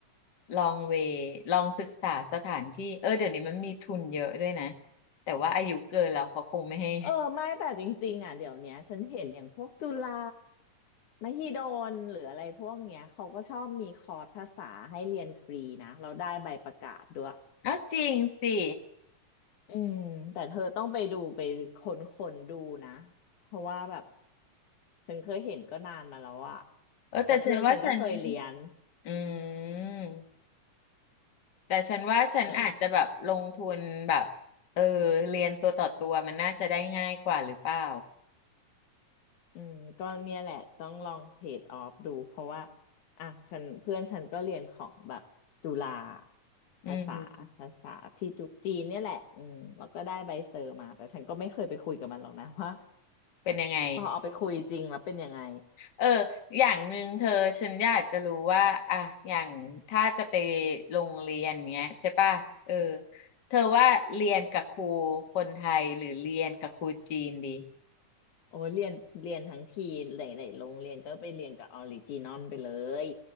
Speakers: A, on the left; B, on the left.
A: ลองเวลองศึกษาสถานที่เออเดี๋ยวนี้มันมีทุนเยอะด้วยนะแต่ว่าอายุเกินแล้วเขาคงไม่ให้
B: เออไม่แต่จริงๆอ่ะเดี๋ยวเนี้ยฉันเห็นอย่างพวกจุฬามหิดลหรืออะไรพวกเนี้ยเขาก็ชอบมีคอร์สภาษาให้เรียนฟรีนะเราได้ใบประกาศด้วย
A: <laughs> เอาจริงสิ
B: อืมแต่เธอต้องไปดูไปค้นคนดูนะเพราะว่าแบบฉันเคยเห็นก็นานมาแล้วอะ
A: เออแต่ฉันว่าฉัน
B: แต่เพื่อนฉันก็เคยเรียน
A: อืมแต่ฉันว่าฉันอาจจะแบบลงทุนแบบ
B: เหมือน
A: เออเรียนตัวต่อตัวมันน่าจะได้ง่ายกว่าหรือเปล่า
B: อืมก็เนี่ยแหละต้องลองเทรดออฟดูเพราะว่าอ่ะฉันเพื่อนฉันก็เรียนของแบบจุฬา
A: อื
B: ภาษาภาษาที่จุจีนเนี่ยแหละอืมแล้วก็ได้ใบเซอร์มาแต่ฉันก็ไม่เคยไปคุยกับมันหรอกนะ
A: ม
B: <laughs> ว่า
A: เป็นยังไง
B: พอเอาไปคุยจริงแล้วเป็นยังไง
A: เอออย่างหนึ่งเธอฉันอยากจะรู้ว่า อ่ะอย่างถ้าจะไปโรงเรียนเนี้ยใช่ป่ะเออเธอว่าเรียนกับครูคนไทยหรือเรียนกับครูจีนดี
B: โอ้เรียนเรียนทั้งทีหลายๆโรงเรียนก็ไปเรียนกับออริจินอลไปเลย